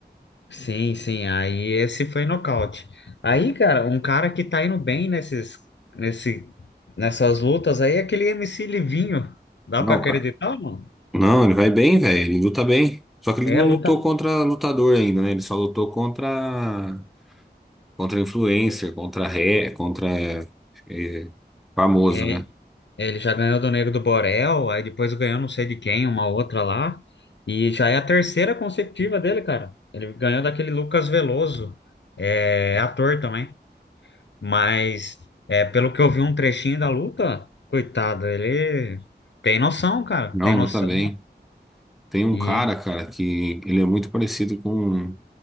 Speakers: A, on the left; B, in the centre.
A: Sim, sim. Aí esse foi nocaute. Aí, cara, um cara que tá indo bem nesses, nesse, nessas lutas aí é aquele MC Livinho. Dá
B: Não,
A: pra acreditar,
B: cara.
A: mano?
B: Não, ele vai bem, velho. Ele luta bem. Só que ele
A: É
B: não
A: luta.
B: lutou contra lutador ainda, né? Ele só lutou contra contra influencer, contra ré, contra eh, famoso,
A: É,
B: né?
A: ele já ganhou do Negro do Borel, aí depois ganhou não sei de quem, uma outra lá. E já é a terceira consecutiva dele, cara. Ele ganhou daquele Lucas Veloso. É ator também. Mas é, pelo que eu vi um trechinho da luta, coitado, ele tem noção, cara,
B: Não,
A: tem
B: luta
A: noção.
B: bem. Tem um
A: E
B: cara, cara, que ele é muito parecido com